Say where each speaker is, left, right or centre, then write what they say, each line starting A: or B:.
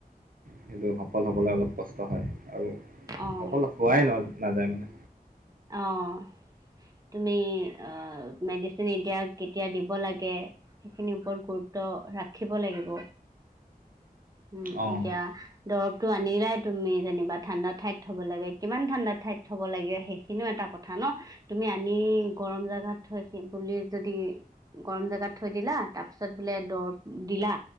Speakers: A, on the right (about 60°); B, on the right (about 25°).
A: সেইটো সফল হ'বলৈ অলপ কষ্ট হয় আৰু
B: অ',
A: সফল হোৱাই নাযায় মানে।
B: অ'। তুমি অ' মেডিচিন এতিয়া কেতিয়া দিব লাগে সেইখিনিৰ ওপৰত গুৰুত্ব ৰাখিব লাগিব। উম
A: অঁ
B: এতিয়া দৰৱটো আনিলাই তুমি যেনিবা, ঠাণ্ডা ঠাইত থ'ব লাগে কিমান ঠাণ্ডা ঠাইত থ'ব লাগে সেই খিনিও এটা কথা ন, তুমি আনি গৰম জেগাত থৈ বুলি যদি গৰম জেগাত থৈ দিলা, তাৰ পিছত বোলে দৰৱ দিলা